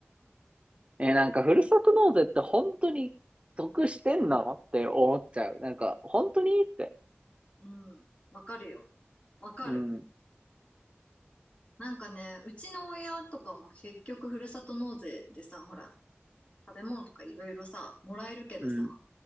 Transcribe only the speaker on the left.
うん。わかるよ。わかる。
なんかね、うちの親とかも結局ふるさと納税でさ、ほら、食べ物とかいろいろさ、もらえるけどさ、